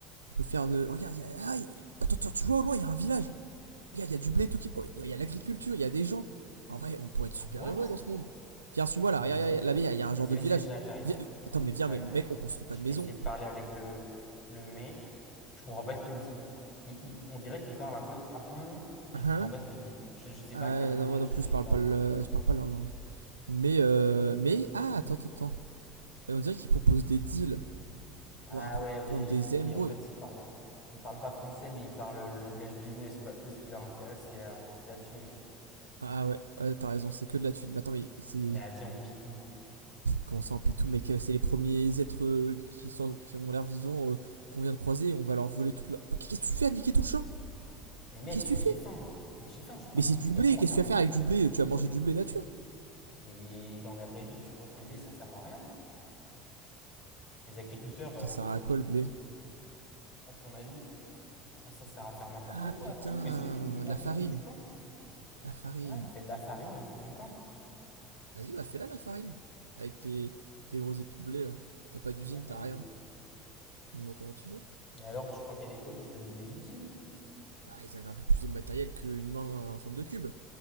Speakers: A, on the right; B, on the left.
A: On peut faire de. Regarde, il y a. ah, y a- Attends, attends, tu vois au loin, il y a un village. Regarde, il y a du blé, tout qui. oh, Il y a- l'agriculture, il y a des gens. En vrai, on pourrait être super
B: Ah what?
A: heureux dans ce monde. Viens, suis-moi là,
B: Vas-y.
A: regarde, là-bas, il y a- il y a un genre
B: Vas-y,
A: de
B: vas-y,
A: village.
B: vas-y, j'a- j'arrive,
A: Attends, mais viens,
B: j'arrive.
A: mais mec, on construit pas
B: Je
A: de
B: vais
A: maison.
B: essayer de parler avec le, le mec. Je comprends pas ce qu'il me dit. Il- il- on dirait qu'il parle un peu. Ah, hum. Je
A: Hein
B: comprends
A: hein
B: pas ce qu'il dit. Je, je sais
A: Ah,
B: pas quel langage
A: non, moi non plus,
B: euh,
A: je
B: il
A: parle
B: parle.
A: pas, le... je parle pas leur langue. Mais, euh, mais, ah, attends, attends, attends. Et on dirait qu'ils proposent des deals
B: Ah
A: Ouah,
B: ouais, ok,
A: contre
B: j'ai
A: des
B: compris.
A: émeraudes.
B: En fait, ils parlent, ils parlent pas français, mais ils parlent le langage business, quoi. Eux, ce qui leur intéresse, c'est la, c'est la thune.
A: Ah ouais, ouais, t'as raison, c'est que de la thune. Mais attends, mais c'est.
B: Mais à viande pitou.
A: Comment ça, en pitou Mais c'est les premiers êtres euh, qui, sont, qui ont l'air vivants euh, qu'on vient de croiser et on va leur voler toute leur. Qu'est-ce que tu fais à niquer tout le champ
B: Mais mec,
A: Qu'est-ce que tu
B: j'ai
A: fais
B: faim. Mais j'ai faim, je prends
A: Mais c'est
B: du blé,
A: du blé,
B: après on
A: qu'est-ce
B: va faire
A: que tu
B: des...
A: vas faire avec du blé Tu vas manger du blé nature
B: Mais dans la vraie vie, tu crois que le blé, ça sert à rien? Les agriculteurs, euh,
A: Ça sert
B: ils, fa-
A: à
B: ils-
A: quoi le blé
B: à ton avis, ça, ça sert à faire n'importe
A: Ah
B: quoi,
A: putain,
B: tout, et surtout, du, à
A: de la
B: ton
A: farine.
B: avis, du pain.
A: La farine.
B: Ouais, on fait de la farine, et on fait du pain.
A: Vas-y, bah fais-la la farine. Avec tes, tes gros épis de blé là. T'as pas d'usine,
B: Ouais,
A: t'as
B: euh,
A: rien.
B: ok.
A: Moi, comment tu fais
B: Et alors, tu crois qu'à l'époque, ils avaient des usines?
A: Bah, ils avaient un peu plus de matériel qu'une main euh, en forme de cube,